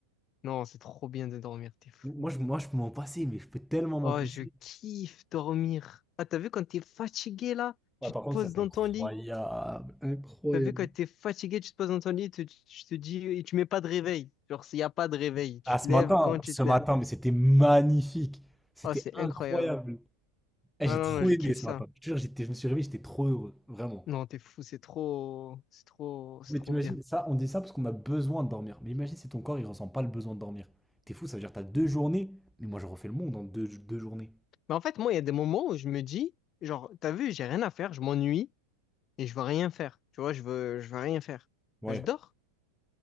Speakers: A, on the left (about 30°); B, in the centre.
A: Non, c'est trop bien de dormir, t'es fou.
B: Moi, je, moi, je peux m'en passer, mais je peux tellement m'en
A: Oh,
B: passer.
A: je kiffe dormir. Ah, t'as vu quand t'es fatigué là, tu
B: Ouais, par
A: te
B: contre,
A: poses
B: ça, c'est
A: dans
B: incroyable.
A: ton lit.
B: Incroyable.
A: T'as vu quand t'es fatigué, tu te poses dans ton lit, tu, tu te dis, et tu mets pas de réveil. Genre, s'il y a pas de réveil, tu
B: Ah, ce
A: te lèves
B: matin,
A: quand tu
B: ce
A: te
B: matin,
A: lèves.
B: mais c'était magnifique. C'était
A: Oh, c'est
B: incroyable.
A: incroyable.
B: Eh,
A: Ah
B: j'ai
A: non,
B: trop
A: non, je
B: aimé
A: kiffe
B: ce
A: ça.
B: matin. Je te jure, j'étais, je me suis réveillé, j'étais trop heureux. Vraiment.
A: Non, t'es fou, c'est trop, c'est trop, c'est
B: Mais
A: trop
B: t'imagines,
A: bien.
B: ça, on dit ça parce qu'on a besoin de dormir. Mais imagine si ton corps, il ressent pas le besoin de dormir. T'es fou, ça veut dire que t'as deux journées. Mais moi, je refais le monde en deux, deux journées.
A: Mais en fait, moi, il y a des moments où je me dis, genre, t'as vu, j'ai rien à faire, je m'ennuie et je veux rien faire. Tu vois, je veux, je veux rien faire.
B: Ouais,
A: Ben, je dors.